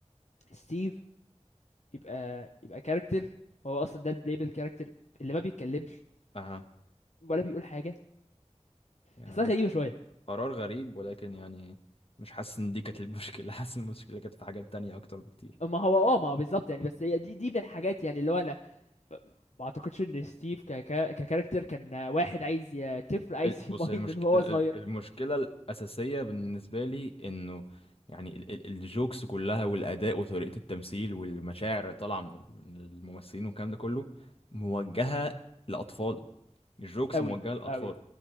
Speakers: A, on the left; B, on the left.
A: ستيف يبقى يبقى كاركتر هو اصلا ده البلايبل كاركتر اللي ما بيتكلمش
B: اها
A: ولا بيقول حاجة
B: يعني
A: تحسها غريبة شوية
B: قرار غريب ولكن يعني مش حاسس ان دي كانت المشكله <laughs> حاسس إن المشكله كانت في حاجات تانية اكتر بكتير
A: ما هو اه ما هو بالظبط يعني بس هي دي دي من الحاجات يعني اللي هو انا ما اعتقدش ان ستيف ك ك ككاركتر كان واحد عايز ي- طفل عايز
B: ال-
A: <laughs>
B: بص
A: يماين
B: هي المشك...
A: من وهو
B: ال-
A: صغير
B: ال- المشكلة الأساسية بالنسبة لي إنه يعني ال- ال- الجوكس كلها والأداء وطريقة التمثيل والمشاعر اللي طالعة من ال- من الممثلين والكلام ده كله موجهة لأطفال الجوكس
A: قوي
B: موجهة لأطفال
A: قوي